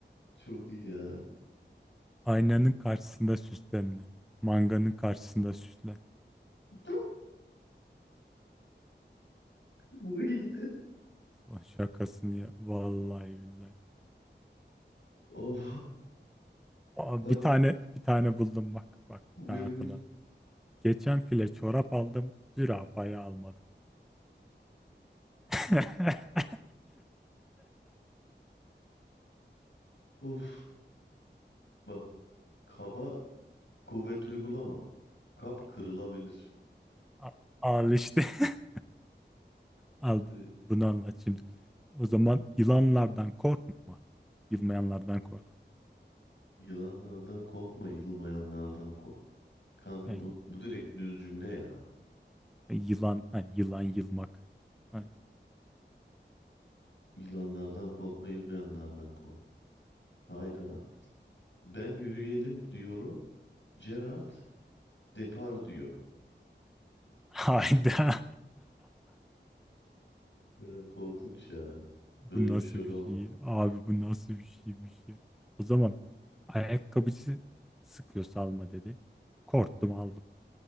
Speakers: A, on the left; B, in the centre.
A: Çok iyi ya.
B: Aynanın karşısında süslenme. Manganın karşısında süslen.
A: <laughs> Bu iyiydi.
B: Son şakasını ya. Vallahi billahi.
A: Of.
B: Aa,
A: Bak
B: bir tane bir tane buldum bak. Bak
A: buyur
B: bir tane hatırladım.
A: buyur.
B: Geçen file çorap aldım. Zürafayı almadım. <laughs>
A: Of. Bak kaba kuvvet uygulama. Kap kırılabilir.
B: A- Al işte. <laughs> Al
A: Ee,
B: bunu anlat şimdi. O zaman yılanlardan korkma. Yılmayanlardan kork.
A: Yılanlardan korkma, yılmayanlardan kork. Kanka
B: Yani
A: bu, bu direkt düz cümle ya.
B: yılan hani yılan yılmak. Hani,
A: Yılanlardan korkma, yılmayanlardan kork. Hayda. Ben yürüyelim diyorum. Gerard depar diyor.
B: <laughs> hayda.
A: Ya korkunç ya.
B: Bu
A: Böyle
B: nasıl
A: bir şey olamaz.
B: bir şey? Abi bu nasıl bir şeymiş ya? O zaman ayakkabıcı sıkıyorsa alma dedi. Korktum aldım.